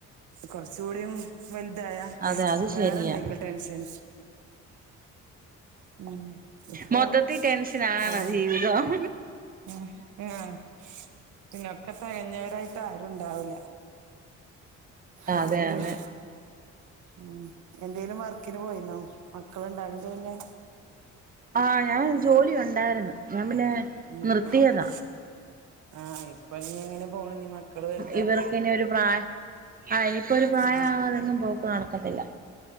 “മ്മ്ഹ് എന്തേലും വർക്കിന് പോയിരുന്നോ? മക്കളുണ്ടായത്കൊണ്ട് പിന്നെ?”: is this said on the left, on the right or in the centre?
Right